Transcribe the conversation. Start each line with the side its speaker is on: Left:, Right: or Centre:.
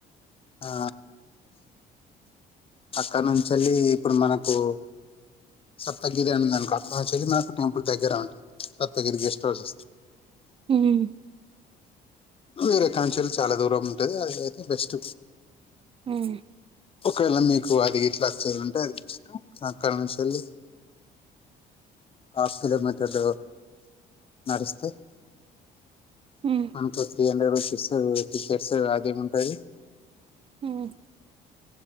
Left: ఆ అక్కడ నుంచి వెళ్ళి ఇప్పుడు మనకు సప్తగిరి అంది అనుకో అక్కడ నుంచి వెళ్ళి మనకు టెంపుల్ దగ్గర సప్తగిరి గెస్ట్ హౌస్
Right: హ్మ్
Left: వేరే కాంచెలు చాలా దూరం ఉంటుది అది అయితే బెస్ట్
Right: ఉమ్
Left: ఒక్కేల మీ కు అది ఇట్లా వచ్చేరుంటే అక్కడ నుంచిల్ళి హఫ్ కిలోమీటర్లు నడిస్తే
Right: హ్మ్
Left: మంత్లీ త్రీ హండ్రెడ్ రూపీస్ ఆ టికెట్స్ అది ఏ ఉంటది
Right: హ్మ్